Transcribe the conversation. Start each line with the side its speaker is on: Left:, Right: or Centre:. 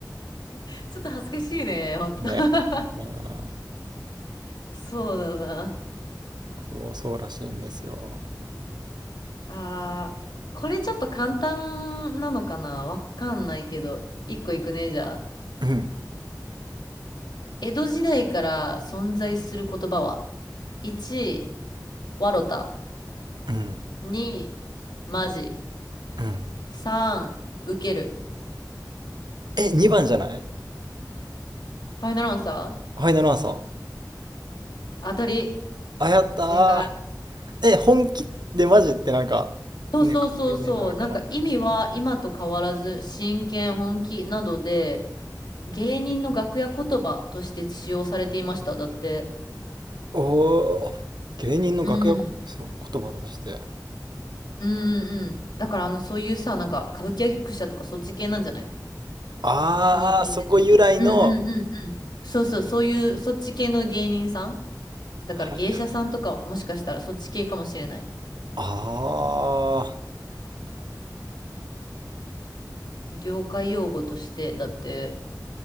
Left: <laughs> ちょっと恥ずかしいね、ほんと。
Right: <laughs> ね。
Left: <laughs>
Right: うん。
Left: そうだな。
Right: そう、そうらしいんですよ。
Left: あー、これちょっと簡単なのかなわかんないけど、一個いくね、じゃあ。
Right: うん。
Left: 江戸時代から存在する言葉は ?1、わろた。
Right: うん。
Left: 2、まじ。
Right: うん。
Left: 3、受ける。
Right: え、2番じゃない
Left: ファイナルアンサー
Right: ファイナルアンサー。
Left: 当たり。
Right: あ、やった
Left: 正解。
Right: ー。え、本気でマジってなんか、
Left: そうそうそうそう。
Right: ね、書くイメージあるから。
Left: なんか意味は今と変わらず、真剣、本気などで、芸人の楽屋言葉として使用されていました。だって。
Right: おー、あ芸人の楽屋こそう言葉として。
Left: うん。うんうんうん。だからあの、そういうさ、なんか歌舞伎役者とかそっち系なんじゃない
Right: あー、
Left: その当時の。
Right: そこ由来の、
Left: うんうんうんうん。そうそう、そういう、そっち系の芸人さんだから芸者さんとかもしかしたらそっち系かもしれない。
Right: はいああ、
Left: 業界用語として、だって、